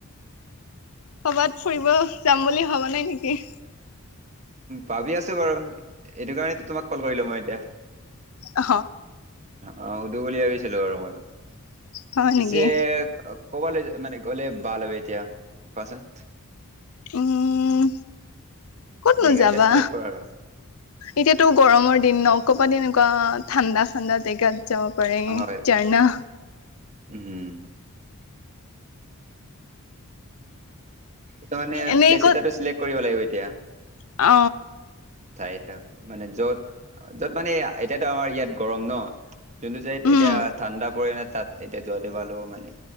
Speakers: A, on the left; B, on the right.
A: ক'বাত ফুৰিব যাম বুলি ভবা নাই নেকি?
B: ভাবি আছো বাৰু, এইটো কাৰণে তোমাক কল কৰিলোঁ। মই এতিয়া,
A: অ
B: অ উদু বুলি ভাবিছিলো বাৰু মই।
A: হয়
B: পিছে
A: নেকি
B: কবালে মানে গলে ভাল হব এতিয়া কোৱাচোন?
A: উম' কতনো
B: জেগা
A: যাবা?
B: এটা চিলেক্ট কৰা আৰু
A: এতিয়াটো গৰমৰ দিন ন, কৰপা তেনেকুৱা ঠাণ্ডা ঠাণ্ডা জেগাত যাব পাৰি,
B: অ হয়
A: জাৰ্ণা।
B: উম। ত মানে
A: এনেই
B: প্লেচ
A: ক'ত
B: এটাটো চিলেক্ট কৰিব লাগিব এতিয়া।
A: অ।
B: ঠাই, মানে য'ত য'ত মানে এতিয়াতো আমাৰ ইয়াত গৰম ন। যোনটো চাইদ এতিয়া
A: উম
B: ঠাণ্ডা পৰে না, তাত এতিয়া যোৱা দে ভাল হ'ব মানে।